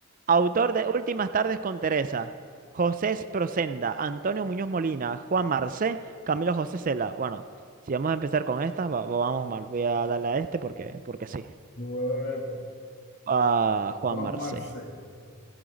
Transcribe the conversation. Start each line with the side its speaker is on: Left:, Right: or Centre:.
Right: Autor de Últimas tardes con Teresa. José Procenda, Antonio Muñoz Molina, Juan Marcé, Camilo José Cela. Bueno, si vamos a empezar con estas, va- va- vamos mal. Voy a darle a este porque, porque sí.
Left: Jugadores,
Right: Ah, Juan
Left: Juan
Right: Marcé.
Left: Marcé.